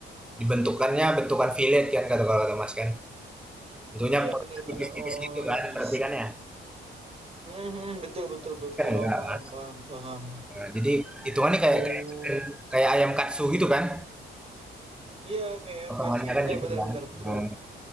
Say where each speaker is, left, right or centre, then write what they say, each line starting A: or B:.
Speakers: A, in the centre; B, on the right.
A: dibentukannya bentukan fillet kan kata kalau kata Mas kan. Bentuknya
B: Iya,
A: potongan
B: benar-benar.
A: tipis-tipis
B: Oh,
A: gitu kan,
B: I
A: berarti
B: see.
A: kan ya?
B: Mhm, betul, betul,
A: Ini
B: betul.
A: kan enggak,
B: Oh, paham,
A: Mas.
B: paham, paham.
A: Nah, jadi hitungannya kayak
B: Oh,
A: kayak kayak ayam katsu gitu kan,
B: iya, kayak ayam
A: potongannya
B: kacang. gitu.
A: kan
B: Benar,
A: gitu
B: benar, benar, betul.
A: kan.